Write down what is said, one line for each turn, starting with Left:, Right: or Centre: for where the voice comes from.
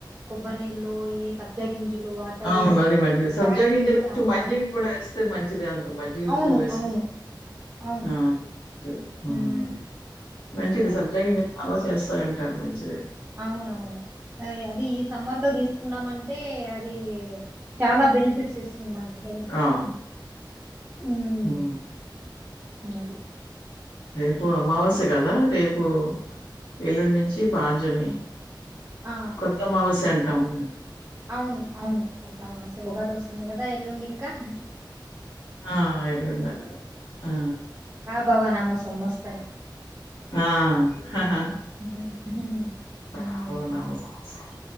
Right: కొబ్బరి నీళ్ళు, ఈ సబ్జా గింజలు, వాటరు
Left: అవును. మంచిది
Right: ఫ్లాక్
Left: సబ్జా గింజలు
Right: సీడ్స్
Left: కొంచెం
Right: ఆ, ఫ్లాక్
Left: మజ్జిగ కూడా వేస్తే మంచిది. అంత మజ్జిగ
Right: అవును
Left: ఉప్పు వేసుకు
Right: అవును అవును
Left: మ్ మ్
Right: ఉమ్,
Left: మంచిది
Right: అది
Left: సబ్జా గింజలు సలవ చేస్తాదంటారు మంచిదె
Right: అవునవును అ-అది ఈ సమ్మార్ లో తీసు కున్నామంటే అదీ చాలా బెనిఫిట్స్ ఇస్తుంది మనకి హెల్త్ కి
Left: అవును.
Right: మ్
Left: హ్మ్.
Right: అది
Left: రేపు అమావాస్య కదా రేపు ఎల్లుడ్నుంచి పాడ్యమి
Right: ఆ
Left: కొత్తమవస అంటాము
Right: అవును అవును కొత్తమావాశ ఉగాది వస్తుంది కదా ఎల్లుండింకా
Left: ఆ యల్లుండ ఆ
Right: బవ నామ సంవత్సరం
Left: ఆ హ హ
Right: హ్మ్
Left: భావ
Right: హ్మ్
Left: నామ సంవత్సరం